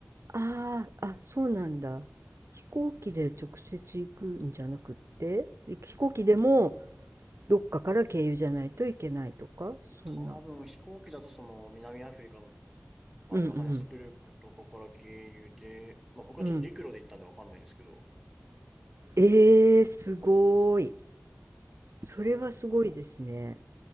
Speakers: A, on the right; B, in the centre.
A: ああ、あ、そうなんだ。飛行機で直接行くんじゃなくって、飛行機でもどっかから経由じゃないといけないとか、
B: まあ多分飛行機だとその南アフリカの、
A: そんな。
B: まあ、
A: うんうん。
B: ヨハネスブルクとかから経由で、まあ僕はちょっと陸路で行ったんでわかんないんですけど、
A: うん。ええー、すごい。それはすごいですね。
B: そう、